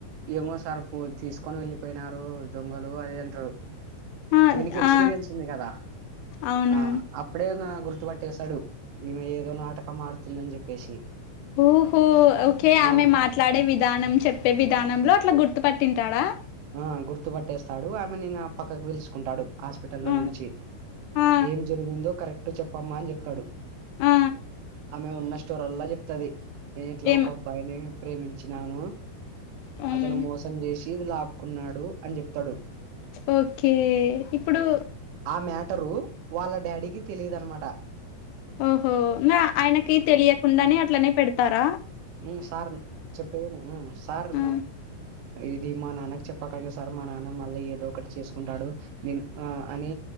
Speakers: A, on the right; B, on the left.
A: ఏమో సార్ తీసుకొని వెళ్ళిపోయినారు దొంగలు అది అంట్రు
B: ఆ
A: అవినికి ఎక్స్పీరియన్స్
B: ఆ
A: ఉంది కదా
B: అవును
A: ఆ అప్ పుడె ఈయన గుర్తుపట్టేేశాడు ఈమె ఏదో నాటకం ఆడుతుందని చెప్పేసి
B: ఊహు ఓకే
A: ఆ
B: ఆమె మాట్లాడే విధానం చెప్పే విధానంలో అట్ల గుర్తు పట్టింటాడా
A: ఆ గుర్తు పట్టేస్తాడు ఆమెని ఇంగ పక్కకు పిలుచుకుంటాడు హాస్పి టల్లో
B: ఆ
A: నుంచి
B: ఆ
A: ఏం జరిగిందో కరెక్ట్ చెప్పమ్మా అని చెప్తాడు
B: ఆ
A: ఆమె ఉన్న స్టోరల్లా చెప్తది నేను ఇట్ల
B: ఏం
A: ఒక అబ్బాయిని ప్రేమించినాను
B: హ్మ్
A: అతను మోసం చేసి ఇది లాక్కున్నాడు అని చెప్తడు
B: ఓకే ఇప్పుడు
A: ఆ మ్యాటరు వాళ్ళ డాడీకి తెలీదు అనమాట
B: ఓహో ఇంగ ఆయనకి తెలియకుండానే అట్లనే పెడతార
A: ఉ సార్ చెప్పేది విను సార్
B: ఆ
A: ఇది మా నాన్నక్ చెప్పకండి సార్ మా నాన్న మళ్ళీ ఏదో ఒకటి చేసుకుంటాడు నేన్ ఆ అని